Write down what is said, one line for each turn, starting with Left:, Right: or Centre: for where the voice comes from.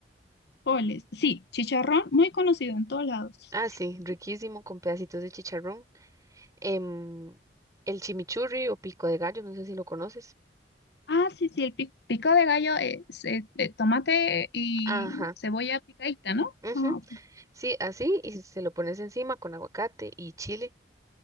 Left: Frijoles. Sí, chicharrón, muy conocido en todos lados.
Right: Ah, sí, riquísimo con pedacitos de chicharrón. Em, el chimichurri o pico de gallo, no sé si lo conoces.
Left: Ah, sí, sí, el pi- pico de gallo es eh, eh, tomate y
Right: Ajá.
Left: cebolla picadita, ¿no?
Right: ujú,
Left: Ah, ok.
Right: Sí, así y se lo pones encima con aguacate y chile.